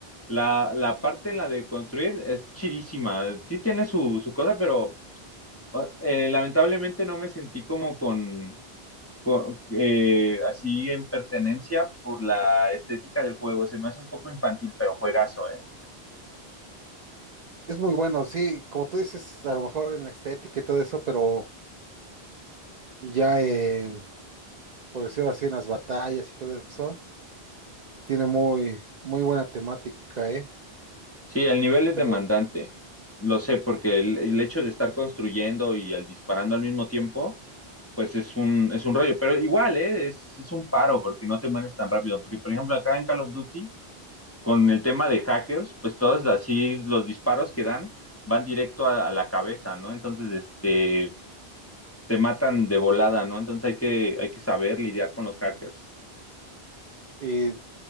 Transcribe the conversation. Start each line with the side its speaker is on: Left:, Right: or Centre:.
Left: la, la parte en la de construir es chidísima. Sí tiene su, su cosa, pero eh, lamentablemente no me sentí como con, con, eh, así en pertenencia por la estética del juego. Se me hace un poco infantil, pero juegazo, ¿eh?
Right: es muy bueno, sí, como tú dices, a lo mejor en la estética y todo eso, pero... ya en, por decirlo así, en las batallas y todo eso, tiene muy, muy buena temática, ¿eh?
Left: Sí, el nivel es
Right: Pero,
Left: demandante. Lo sé, porque el, el hecho de estar construyendo y al disparando al mismo tiempo. pues es un, es un rollo, pero igual, ¿eh? Es, es un paro porque no te mueres tan rápido, porque por ejemplo acá en Call of Duty, con el tema de hackers, pues todos así los disparos que dan van directo a, a la cabeza, ¿no? Entonces, este, te matan de volada, ¿no? Entonces hay que, hay que saber lidiar con los hackers.
Right: y